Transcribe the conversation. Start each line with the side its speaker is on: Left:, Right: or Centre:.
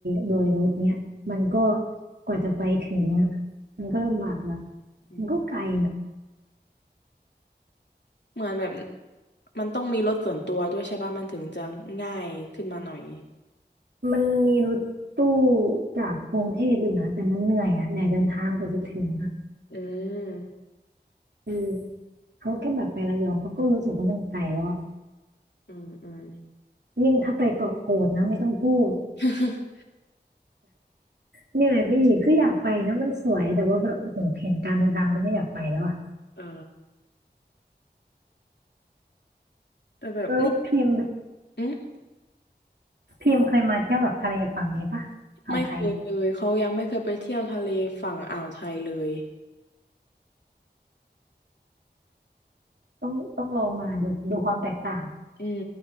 Right: โดยรถเนี้ยมันก็กว่าจะไปถึงอะมันก็ลำบากละ
Left: อืม
Right: มันก็ไกลน่ะ
Left: เหมือนแบบมันต้องมีรถส่วนตัวด้วยใช่ปะมันถึงจะง่ายขึ้นมาหน่อย
Right: มันมีรถตู้จากกรุงเทพอยู่นะแต่มันเหนื่อยอ่ะเหนอยเดินทางกว่าจะถึงอ่ะ
Left: อืม
Right: เออเขาแค่แบบไประยองเขาก็รู้สึกว่ามันไกลแล้วอ่ะ
Left: อืมอืม
Right: ยิ่งถ้าไปเกาะกูดนะไม่ต้องพูด
Left: <laughs>
Right: เหนื่อยไปอีกคืออยากไปนะมันสวยแต่ว่าแบบโอ้โหเห็นการเดินทางก็ไม่อยากไปแล้วอะ
Left: เออแต่แบบนี่
Right: แล้วพิมพ์
Left: อืม
Right: พิมพ์เคยมาเที่ยวแบบทะเลฝั่งนี้ปะอ่าวไทย
Left: ไม่เคยเลยเขายังไม่เคยไปเที่ยวทะเลฝั่งอ่าวไทยเลย
Right: ต้องต้องลองมาดูดูความแตกต่าง
Left: อืม